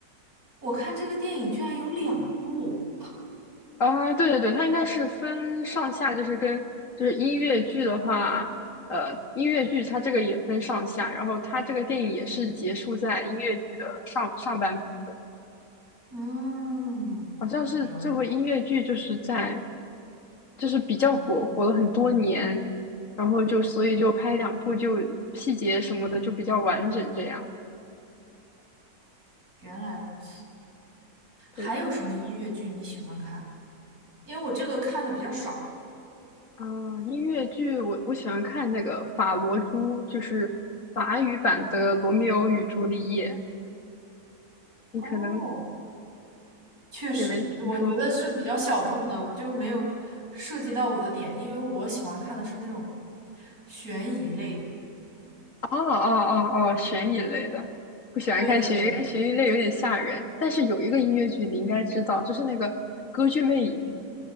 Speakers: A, on the right (about 70°); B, on the left (about 55°).
A: 我看这个电影居然有两部。
B: 啊，对对对，它应该是分上下，就是跟就是音乐剧的话，呃，音乐剧它这个也分上下，然后它这个电影也是结束在音乐剧的上上半部分。
A: 嗯，
B: 好像是这部音乐剧就是在，
A: 了，
B: 就是比较火，火了很多年，然后就所以就拍两部，就细节什么的就比较完整这样。
A: 原来如此。
B: 对的，
A: 还有什么音乐剧你喜欢看？因为我这个看的比较少。
B: 啊、音乐剧我我喜欢看那个《法罗珠》，就是法语版的《罗密欧与朱丽叶》，你可能
A: 哦，确实，
B: 也没听说过。
A: 我觉得是比较小众的，我就没有涉及到我的点，因为我喜欢看的是那种悬疑类的。
B: 哦哦哦哦，悬疑类的，不喜欢看悬疑，
A: 对对对，
B: 因为悬疑类有点吓人。但是有一个音乐剧你应该知道，就是那个《歌剧魅影》。